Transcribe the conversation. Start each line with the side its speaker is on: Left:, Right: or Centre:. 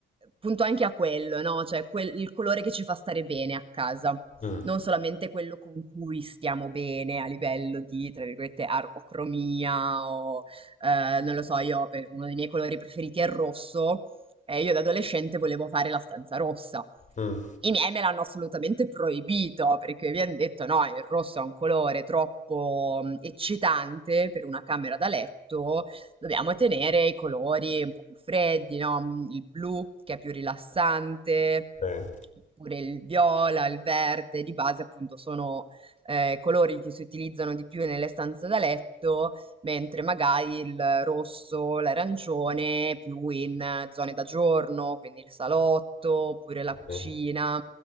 Right: punto anche a quello, no? Cioè quel- il colore che ci fa stare bene a casa,
Left: Mm,
Right: non solamente quello con cui stiamo bene a livello di, tra virgolette, armocromia o, eh, non lo so, io per- uno dei miei colori preferiti è il rosso e io da adolescente volevo fare la stanza rossa.
Left: mm,
Right: I miei me l'hanno assolutamente proibito perché mi hanno detto: no, il rosso è un colore troppo mm, eccitante per una camera da letto, dobbiamo tenere i colori un po' più freddi, no? Mm, Il blu che è più rilassante,
Left: sì.
Right: oppure il viola, il verde, di base appunto sono eh, colori che si utilizzano di più nelle stanze da letto mentre magari il rosso, l'arancione più in eh, zone da giorno, quindi il salotto oppure la cucina.
Left: Sì.